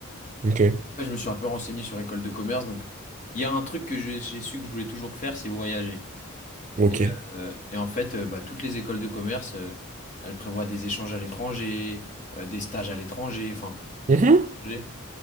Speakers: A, on the right; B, on the left.
A: ok,
B: Après, je me suis un peu renseigné sur école de commerce, donc il y a un truc que j'ai j'ai su que je voulais toujours faire, c'est voyager.
A: ok.
B: Et, euh, et en fait, euh, bah, toutes les écoles de commerce, euh, elles prévoient des échanges à l'étranger, euh, des stages à l'étranger, enfin,
A: Mhm.
B: que l'étranger.